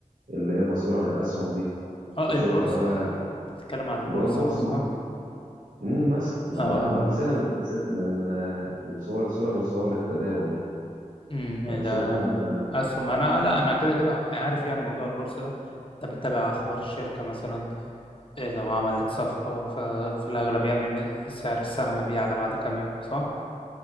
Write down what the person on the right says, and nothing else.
اللي هي مسؤولة عن الاسهم دي
تشوفها
بقى
اللي
هو البورصة
امم مثلا ما
دام امثلة من أمثلة- من آه، من صور صورة من صور التداول يعني
فتشوفها انت